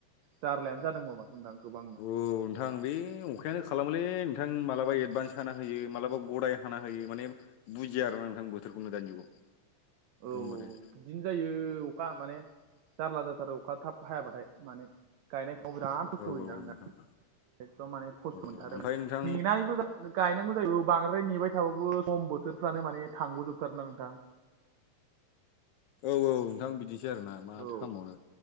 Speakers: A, on the right; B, on the left.
A: जार्लायानो जादों होमबा माथों नोंथां गोबां
B: औ नोंथां बे अखायानो खालामोलै नोंथां मालाबा एदभान्स हाना होयो मालाबा गदाय हाना होयो माने बुजिया आरो ना नोंथां बोथोरखौनो दानि जुगाव एकदमबारे
A: औ औ बिदिनो जायो अखा माने जारला जाथारो अखा थाब हायाबाथाय माने गायनाय फुराव बिराद खस्थ'
B: औ
A: होयोना
B: औ
A: नोंथां
B: औ
A: एखदम माने खस्थ'
B: औ
A: मोनथारोमोन
B: ओमफ्राय नोंथां
A: नेनायबो गायनांगौ जायो बांद्राय नेबाय थाबाबो सम बोथोरफ्रानो माने थांग'जोबथारोना नोंथां
B: औ औ नोंथां बिदिनोसै आरोना माथो
A: औ
B: खालामबावनो